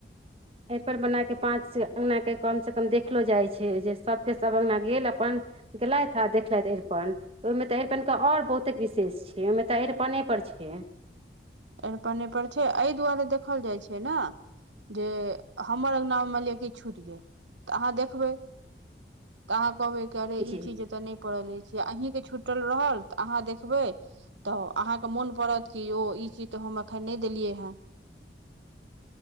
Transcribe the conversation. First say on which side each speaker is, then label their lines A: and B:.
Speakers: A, on the right; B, on the right.
A: अरिपन बना केँ पांच से अंगना के कम से कम देखलो जाइ छै जे सभके सभ अंगना गेल अपन गेलथि आ देखलथि अरिपन ओहिमे तऽ अरिपनके आओर बहुते विशेष छै ओहिमे तऽ अरिपने पर छै <inaudible>
B: अरिपनेपर छैय एहि दुआरे देखल जाइ छैय ना जे हमर अङ्गनामे मानि लिअ कि छूटि गेल तऽ अहाँ देखबै त अहा कहबै क अरे ई
A: जी
B: चीज तऽ नहि परल अछि अहि छुटल रहल तऽ अहाँ देखबै तऽ अहाँके मोन पड़त कि ओ ई चीज हम अखन नै देलियै हन।